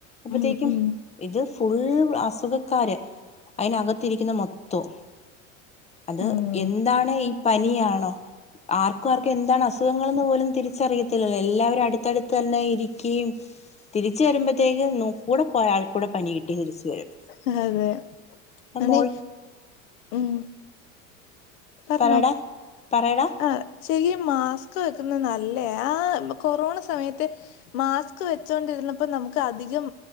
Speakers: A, on the left (about 15°); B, on the left (about 70°).
A: അപ്പത്തേക്കും
B: ഉം ഉം
A: ഇത് ഫുൾ അസുഖക്കാര് അതിനകത്തിരിക്കുന്ന മൊത്തോ. അത്
B: ഉം
A: എന്താണ് ഈ പനിയാണോ. ആർക്കും ആർക്കും എന്താണ് അസുഖങ്ങളൾന്ന് പോലും തിരിച്ചറിയത്തില്ലല്ലോ എല്ലാവരും അടുത്തടുത്ത് തന്നെ ഇരിക്കുകയും. തിരിച്ച വരുമ്പഴതേകും ന കൂടെ പോയാൾകു കൂടെ പനി കിട്ടി തിരിച്ചു വരും.
B: അതെതെ പനി
A: മോൾ
B: ഉം. പറഞ്ഞോ
A: പറയടാ പറയടാ
B: ആഹ് ശെരി മാസ്ക് വെക്കുന്നത് നല്ല ആഹ് കൊറോണ സമയത്ത്. മാസ്ക് വെച്ചോണ്ടിരുന്നപ്പോ നമുക്ക് അധികം